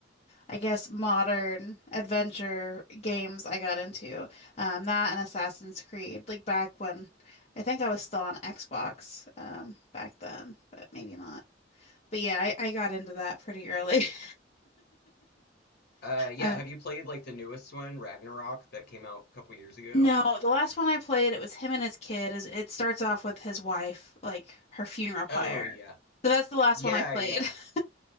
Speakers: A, on the left; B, on the left.
A: I guess modern adventure games I got into. Um, that and Assassin's Creed, like back when I think I was still on Xbox um, back then, but maybe not. But yeah, I, I got into that pretty early. <laughs>
B: Uh, yeah.
A: Uh,
B: Have you played like the newest one, Ragnarok, that came out a couple years ago?
A: no, the last one I played, it was him and his kid. Is it starts off with his wife, like her funeral pyre.
B: Oh yeah,
A: So that's the last
B: yeah,
A: one I played.
B: yeah.
A: <laughs>